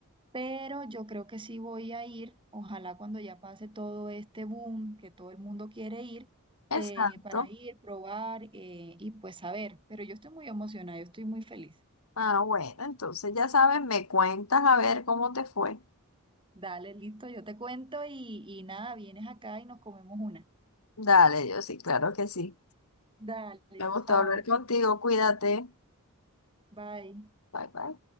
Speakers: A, on the right; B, on the left.
A: Pero yo creo que sí voy a ir, ojalá cuando ya pase todo este boom que todo el mundo quiere ir, eh,
B: Exacto.
A: para ir, probar eh, y pues saber. Pero yo estoy muy emocionada, yo estoy muy feliz.
B: Ah, bueno, entonces ya sabes, me cuentas a ver cómo te fue.
A: Dale, listo, yo te cuento y, y nada, vienes acá y nos comemos una.
B: Dale, yo sí, claro que sí.
A: Dale,
B: Me gustó
A: chao,
B: hablar contigo, cuídate.
A: bye.
B: Bye, bye.